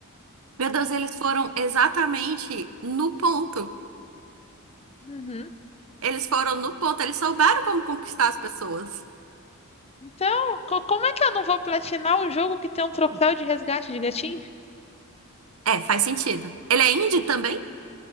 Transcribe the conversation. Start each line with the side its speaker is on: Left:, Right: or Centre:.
Right: Meu Deus, eles foram exatamente no ponto.
Left: Uhum.
Right: Eles foram no ponto, eles souberam como conquistar as pessoas.
Left: Então, co- como é que eu não vou platinar um jogo que tem um troféu de resgate de gatinho?
Right: É, faz sentido. Ele é indie também?